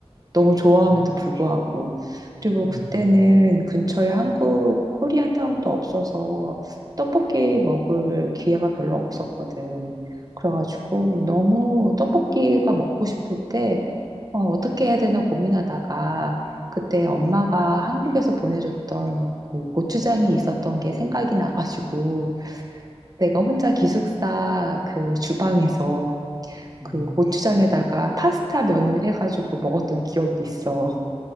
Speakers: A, on the right; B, in the centre.
A: 너무 좋아함에도
B: 아,
A: 불구하고. 그리고
B: 음,
A: 그때는 근처에 한국 코리안타운도 없어서 떡볶이 먹을 기회가 별로 없었거든. 그래가지고 너무 떡볶이가 먹고 싶을 때 어, 어떻게 해야 되나 고민하다가 그때 엄마가 한국에서 보내줬던 그 고추장이 있었던 게 생각이 나가지고 내가 혼자 기숙사 그 주방에서
B: 음,
A: 그 고추장에다가 파스타 면을 해가지고 먹었던 기억이 있어.